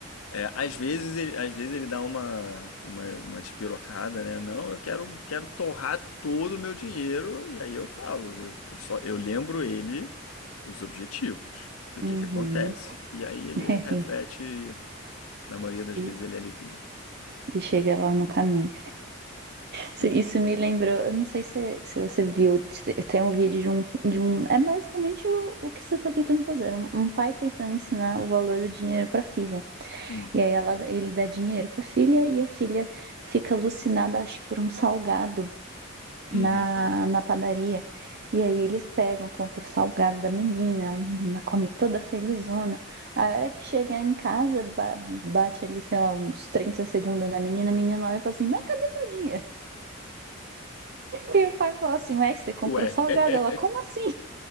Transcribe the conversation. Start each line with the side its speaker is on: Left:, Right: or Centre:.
Left: É, às vezes ele, às vezes ele dá uma, uma, uma despirocada, né? Não, eu quero, quero torrar todo o meu dinheiro, e aí eu falo, eu, eu só, eu lembro ele dos objetivos, do
Right: Uhum.
Left: que que acontece. E aí ele
Right: <laughs>
Left: reflete, e, na maioria das
Right: E,
Left: vezes ele alivia.
Right: e chega lá no caminho.
Left: Sim.
Right: Isso, isso me lembrou, eu não sei se, se você viu, te- tem um vídeo de um, de um. É basicamente o, o que você tá tentando fazer. Um, um pai tentando ensinar o valor do dinheiro pra filha,
Left: Hum.
Right: E aí ela, ele dá dinheiro pra filha e a filha fica alucinada, acho que por um salgado
Left: Uhum.
Right: na, na padaria. E aí eles pegam, compram o salgado da menina, a menina come toda felizona. A hora que chega em casa, ba- bate ali, sei lá, uns 30 segundos na menina, a menina olha e fala assim, mas cadê meu dinheiro? E o pai fala assim, ué, você comprou
Left: Ué,
Right: salgado?
Left: <laughs>
Right: Ela, como assim?